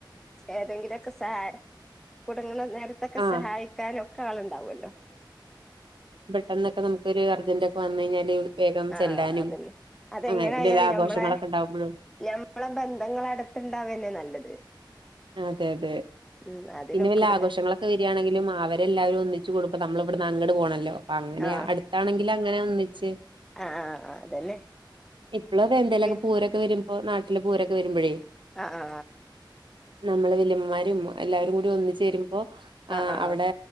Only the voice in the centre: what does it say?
ഏതെങ്കിലും മൊക്കെ സാ കുടുങ്ങണനേ നേരത്തൊക്കെ
സഹായിക്കാനൊക്കെ ആളുണ്ടാവുല്ലോ.
ആഹ്
അതന്നെ അതെങ്ങനായാലും
ഞമ്മളെ
ഞമ്മളെ ബന്ധങ്ങള് അടുത്തണ്ടാവനെ നല്ലത്.
ഉം അതിനൊക്കൂല
ആഹ്
ആഹ് ആഹ് ആഹ് അതന്നെ
പിൻ
ആ ആ
ആഹ് ആഹ്